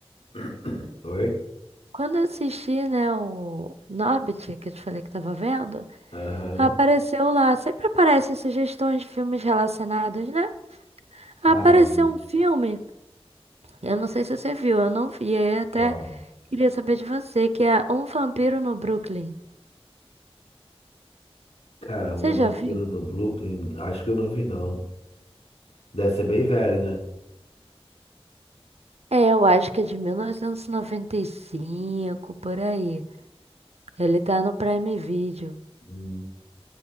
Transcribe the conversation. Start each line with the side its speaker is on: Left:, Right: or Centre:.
Left: <clears throat> Oi?
Right: Quando eu assisti, né, o Norbit, que eu te falei que tava vendo.
Left: Aham.
Right: Apareceu lá, sempre aparecem sugestões de filmes relacionados, né? Apareceu
Left: Ah, é.
Right: um filme, eu não sei se você viu, eu não vi, aí até
Left: Qual?
Right: queria saber de você, que é Um Vampiro no Brooklyn.
Left: Cara,
Right: Você
Left: um vampiro
Right: já viu?
Left: no Brooklyn, acho que eu não vi, não. Deve ser bem velho, né?
Right: É, eu acho que é de 1995, por aí. Ele tá no Prime Video.
Left: Hum,